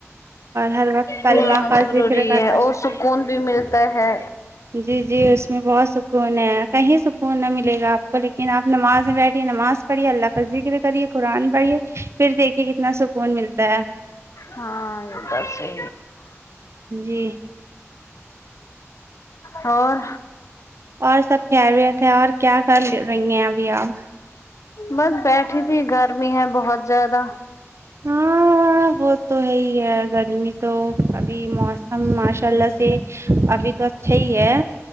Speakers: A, on the right (about 60°); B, on the left (about 75°).
A: اور ہر وقت کلمہ
B: نماز
A: کا
B: ضروری
A: ذکر کرنا
B: ہے
A: چاہیے
B: اور سکون بھی ملتا ہے
A: جی جی اس میں بہت سکون ہے کہیں سکون نہ ملے گا آپ کو لیکن آپ نماز میں بیٹھی نماز پڑھیے اللہ کا ذکر کرے قرآن پڑھیے پھر دیکھیے کتنا سکون ملتا ہے
B: ہاں بسے
A: جی
B: اور
A: اور سب خیریت ہے اور کیا کر رہی ہیں ابھی آپ
B: بس بیٹھی تھی گرمی ہے بہت زیادہ
A: ہاں ہاں وہ تو ہے ہی ہے گرمی تو ابھی موسم ماشاءاللہ سے ابھی تو اچھا ہی ہے